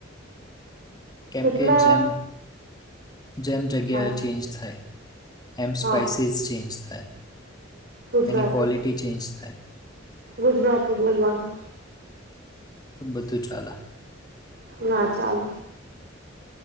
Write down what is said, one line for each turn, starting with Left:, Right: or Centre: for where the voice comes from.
Left: કેમ
Right: એટલે
Left: કે જેમ જેમ જગ્યાએ
Right: હા
Left: ચેન્જ થાય. એમ
Right: હા
Left: સ્પાઈસીસ ચેન્જ થાય
Right: ગુજરાતી
Left: એની ક્વૉલિટી ચેન્જ થાય.
Right: ગુજરાતી બોલવાનું
Left: તો બધું ચાલા.
Right: ના ચાલ.